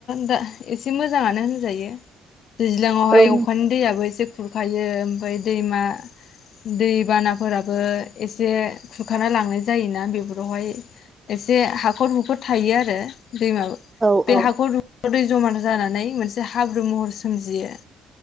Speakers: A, on the left; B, on the right.
A: दा एसे मोजां मोजांआनो होनजायो दैज्लाआवहाय
B: औ औ
A: अखानि दैआबो एसे खुरखायो ओमफ्राय दैमा दैबानाफोराबो एसे खुरखाना लांनाय जायोना बेफोरावहाय एसे हाखर हुखर थायो आरो दै माबा
B: औ
A: बे हाखौ दुबाव दै जमा जानानै मोनसे एसे हाब्रु महर सोमजियो